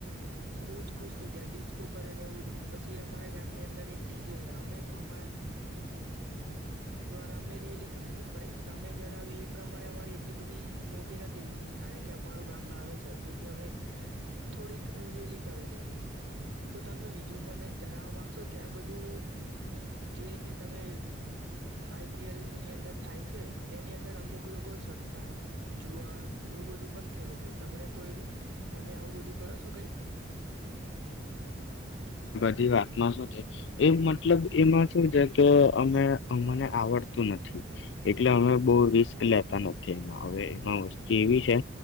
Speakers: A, on the right; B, on the left.
A: બો જ ખુશ થઈ ગયા ડિસ્કો કરે ને એવું બધું પછી અમારા ગામની અંદર એક ડીજે હ અમે અમારે અમે રેલી કાઢેલી પણ તમે જણાવ્યું એ પ્રમાણે અમારી એટલી બધી મોટી નતી રેલી કારણ કે અમારું ગામ નાનું છે. તેથી અમે થોડીક રેલી કાઢેલી તો તમે બીજું મને જણાવવા માંગશો કે આ બ બધું જે તમે આઈપીએલ ની અંદર થાય છે તેની અંદર અમુક લોકો સટ્ટા જુઆ એવું બધું પણ ખેલે છે તમને તો એ તમે આવું બધું કરો છો કંઇ?
B: ઘી વાત માં સુ છે એ મતલબ એમાં શું છે કે અમે અમને આવડતું નથી. એટલે અમે બહુ રિસ્ક લેતા નથી. એમાં હવે એમાં વસ્તુ એવી છે